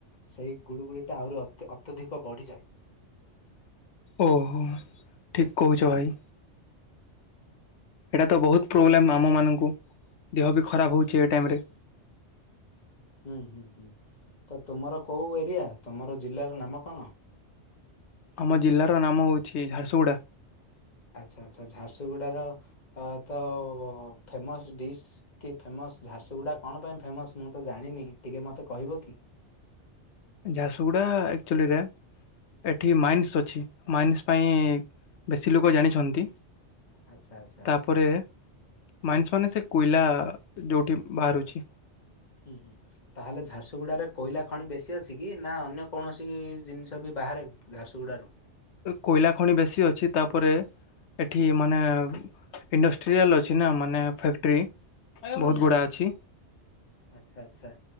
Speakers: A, on the left; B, on the left.
A: ସେଇ ଗୁଳୁଗୁଳିଟା ଆହୁରି ଅତ ଅତ୍ୟଧିକ ବଢ଼ିଯାଏ।
B: ଓହୋ ଠିକ କହୁଛ ଭାଇ। ଏଇଟା ତ ବହୁତ ପ୍ରୋବ୍ଲେମ୍ ଆମମାନଙ୍କୁ ଦେହ ବି ଖରାପ ହେଉଛି ଏ ଟାଇମରେ।
A: ହୁଁ ହୁଁ ହୁଁ ତ ତୁମର କୋଉ ଏରିଆ ତମର ଜିଲ୍ଲାର ନାମ କଣ।
B: ଆମ ଜିଲ୍ଲାର ନାମ ହେଉଛି ଝାରସୁଗୁଡ଼ା।
A: ଆଚ୍ଛା ଆଚ୍ଛା ଝାରସୁଗୁଡ଼ାର ତ ଫେମସ୍ ଡିସ୍ କି ଫେମସ୍ ଝାରସୁଗୁଡ଼ା କଣ ପାଇଁ ଫେମସ ମୁଁ ତ ଜାଣିନି ଟିକେ ମୋତେ କହିବ କି?
B: ଝାରସୁଗୁଡା ଏକ୍ଟୁଆଲୀ ରା ଏଠି ମାଇନ୍ସ ଅଛି ମାଇନ୍ସ ପାଇଁ ବେଶୀ ଲୋକ ଜାଣିଛନ୍ତି।
A: ଆଚ୍ଛା ଆଚ୍ଛା
B: ତାପରେ
A: ଆଚ୍ଛା
B: ମାଇନ୍ସ ମାନେ ସେ କୋଇଲା ଯେଉଠି ବାହାରୁଛି।
A: ହୁଁ ହୁଁ। ତାହେଲେ ଝାରସୁଗୁଡ଼ାରେ କୋଇଲା ଖଣି ବେଶୀ ଅଛି କି ନା ଅନ୍ୟ କୌଣସି ଜିନିଷ ବି ବାହାରେ ଝାରସୁଗୁଡ଼ାରୁ।
B: କୋଇଲା ଖଣି ବେଶୀ ଅଛି ତାପରେ ଏଠି ମାନେ ଇଣ୍ଡଷ୍ଟ୍ରିଆଲ ଅଛି ନା ମାନେ ଫ୍ୟାକ୍ଟ୍ରି। ବହୁତ
A: ହୁଁ ହୁଁ
B: ଗୁଡା
A: ହୁଁ
B: ଅଛି
A: ଆଚ୍ଛା ଆଚ୍ଛା।